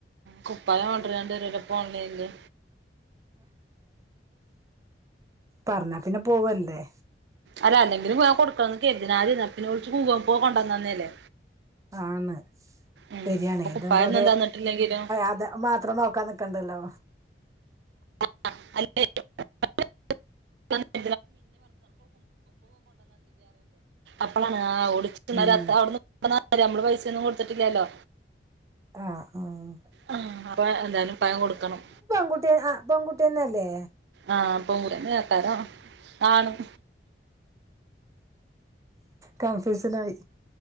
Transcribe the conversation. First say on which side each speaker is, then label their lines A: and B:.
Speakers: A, on the right (about 70°); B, on the right (about 20°).
A: കുപ്പായം ഓഡർ ചെയ്യണ്ട വരല്ലപ്പ ഓൺലൈനില്
B: പറഞ്ഞാ പിന്നെ പോവല്ലേ
A: അല്ല അല്ലെങ്കിലും കൊടുക്കണം കരുതിയതാ വിളിച്ചച്ച് കൊണ്ടന്ന തന്നേല്ലേ
B: ആണ്
A: ഉം
B: ശരിയാണ്
A: ഇപ്പൊ
B: ഇത്പ
A: കുപ്പായൊന്നും തന്നിട്ടില്ലെങ്കിലും
B: അത്ത് ഇത്രം നോക്കാൻ നിക്കണ്ടല്ലോ
A: <unintelligible> <unintelligible> അപ്പളാണ് ആ ഓൾ ഓടിച്ച
B: ഉം
A: അ അവിടുന്ന് നമ്മള് പൈസയൊന്നും കൊടുത്തിട്ടില്ലല്ലോ
B: ആഹ് ആഹ്
A: ആ അപ്പൊ എന്തായാലും പ്പായം കൊടുക്കണം
B: പെൺുട്ടിയ ആ പെൺകുട്ടി തന്നെയല്ലേ
A: ആഹ് പ പെൺകുട്ടി തന്നേയ്ക്കാരം ആണും
B: കൺഫ്യൂഷൻ ആയി